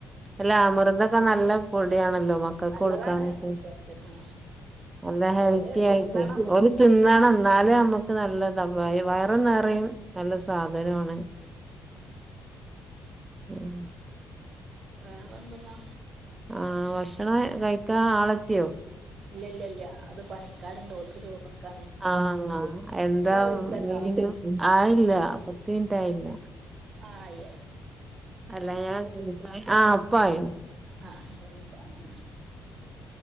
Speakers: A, on the right; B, on the right.
A: അല്ല അമൃതൊക്കെ നല്ല പൊടിയണല്ലോ മക്ക ക്ക്
B: നല്ലതാണ്
A: കൊടുക്കാനൊക്കെ
B: കുട്ടികൾക്ക് ആ
A: നല്ല ഹെൽത്തിയായിട്ടെ
B: ഓല് തിന്നണം
A: ഓല് തിന്നണം ഇന്നാലേ നമ്മുക്ക് നല്ലതാ വയറും നിറയും നല്ല സാധനുവാണ്
B: ഉം
A: ഉം
B: വേറെന്തെന്നാ?
A: ആ ഭക്ഷണം കഴിക്കാനാളെത്തിയോ?
B: ഇല്ല്യല്ല്യല്ല്യ അത് പണിക്കാര്ണ്ട് ഓൽക്ക് ചോറ്നൊട്ക്ക
A: ആഹ് എന്താ
B: വിളിച്ചട്ടോ
A: മീണ്ട ആയില്ല പത്ത് മിനിറ്റായില്ല
B: ആയി ആയി
A: അല്ല ഞാൻ ആഹ് ഇപ്പായീണ്
B: ആഹ് ഇന്നാ വിളിച്ചാ ഹ ഹ ഹാ